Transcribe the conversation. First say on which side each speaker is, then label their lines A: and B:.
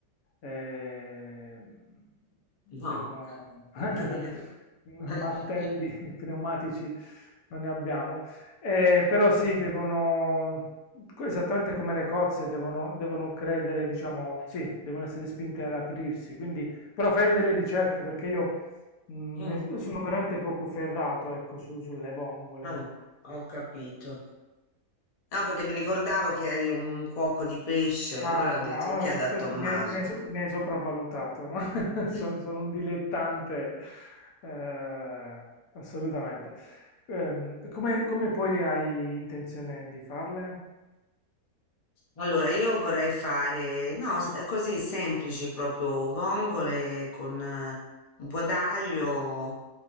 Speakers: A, on the left; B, on the left.
A: eh, devono
B: No,
A: <laughs>
B: non credo. <laughs>
A: martelli <laughs> pneumatici, non ne abbiamo. Eh, però sì, devono, co- esattamente come le cozze, devono, devono credere, diciamo, sì, devono essere spinte ad aprirsi. Quindi, però fai delle ricerche perché io mh,
B: Mm,
A: ne- sono veramente poco ferrato, ecco, su- sulle vongole.
B: ah,
A: Sì.
B: ho capito. No, perché mi ricordavo che eri un cuoco di pesce, allora
A: Ma,
B: ho
A: ma
B: detto lo chiedo a
A: te-
B: Tommaso.
A: mi hai mi hai so- mi hai sopravvalutato, <laughs> Son-
B: <laughs>
A: sono, un dilettante, eh, assolutamente. Ehm, come, come poi hai intenzione di farle?
B: Allora, io vorrei fare, no, s- eh, così semplici, proprio vongole con eh, un po' d'aglio,